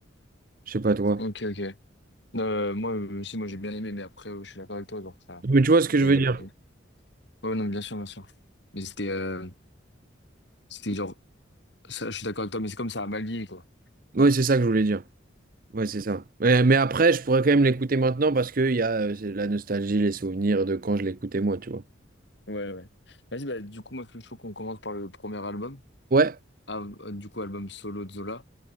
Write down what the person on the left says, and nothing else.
Ok, ok. Euh, moi euh, aussi, moi j'ai bien aimé, mais après, euh, je suis d'accord avec toi, genre, ça,
c'est...
Ouais, non, bien sûr, bien sûr. Mais c'était, euh, c'était genre, ça, je suis d'accord avec toi, mais c'est comme ça, à mal vieilli, quoi.
Ouais, ouais. Vas-y, bah, du coup, moi, je trouve qu'on commence par le premier album.
Ah, euh, du coup, album solo de Zola.